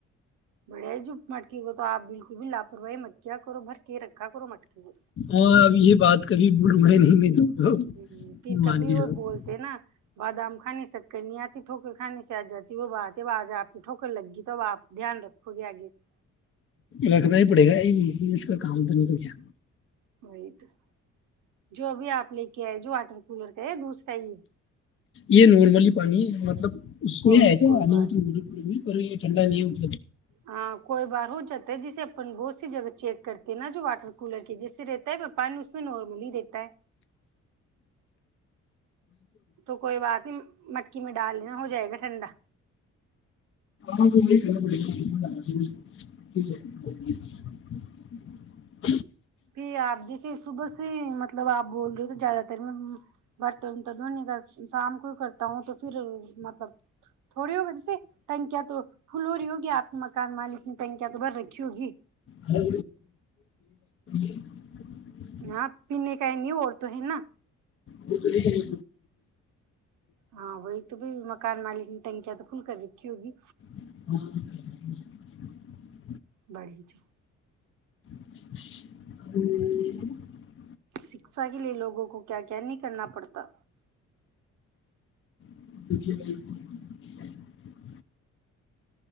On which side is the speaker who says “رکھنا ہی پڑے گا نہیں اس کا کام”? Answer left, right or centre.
Left